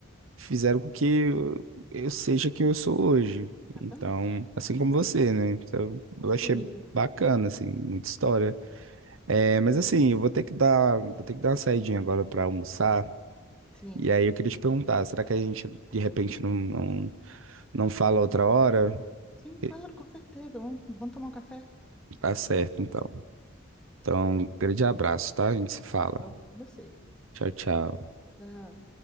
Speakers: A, on the right (about 75°); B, in the centre.
A: fizeram com que eu, eu seja quem eu sou hoje.
B: Exatamente.
A: Então, assim como você, né? Então,
B: Se construíram.
A: eu achei bacana, assim, muita história. É, mas assim, eu vou ter que dar, vou ter que dar uma saidinha agora para almoçar.
B: Sim.
A: E aí eu queria te perguntar, será que a gente de repente não, não, não fala outra hora?
B: Sim, claro,
A: E-
B: com certeza. Vamos, vamos tomar um café?
A: Tá certo, então. Então, grande abraço, tá? A gente se fala.
B: Outro pra você.
A: Tchau, tchau.
B: Tchau.